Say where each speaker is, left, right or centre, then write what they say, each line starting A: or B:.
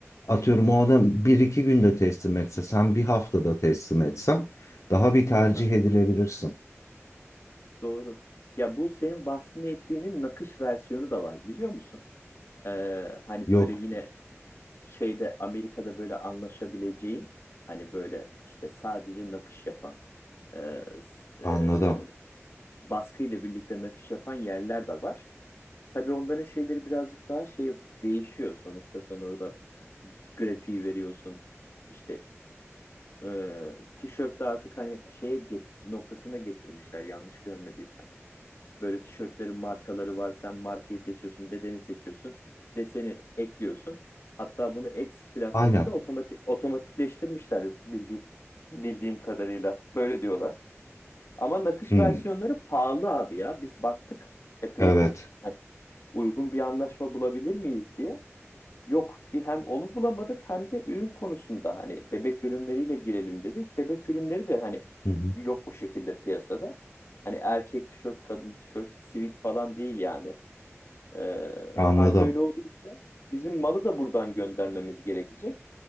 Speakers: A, on the left; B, on the left.
A: atıyorum o adam bir iki günde teslim etse sen bir haftada teslim etsen daha bir tercih
B: hı hı.
A: edilebilirsin.
B: Doğru. Ya bu senin bahsettiğinin nakış versiyonu da var biliyor musun? Ee, hani
A: Yok
B: böyle yine şeyde Amerika'da böyle anlaşabileceğin hani böyle işte sadece nakış yapan e, s-
A: anladım.
B: baskıyla birlikte nakış yapan yerler de var. Tabii onların şeyleri birazcık daha şey değişiyor. Sonuçta sen orada grafiği veriyorsun. İşte e, tişörtte artık hani şeye get- noktasına getirmişler yanlış görmediysem. Böyle tişörtlerin markaları var. Sen markayı seçiyorsun, bedeni seçiyorsun, deseni ekliyorsun. Hatta bunu Etsy platformunda
A: Aynen.
B: otomatik otomatikleştirmişler bildiğim bildiğim kadarıyla. Böyle diyorlar. Ama nakış
A: Hı,
B: versiyonları pahalı abi ya. Biz baktık epey
A: evet.
B: bir. Hani uygun bir anlaşma bulabilir miyiz diye. Yok bir hem onu bulamadık hem de ürün konusunda hani bebek ürünleriyle girelim dedik. Bebek ürünleri de hani
A: Hı hı.
B: yok o şekilde piyasada. Hani erkek tişört, kadın tişört, sivit falan değil yani. Ee,
A: Anladım.
B: hal böyle olunca bizim malı da buradan göndermemiz gerekecek.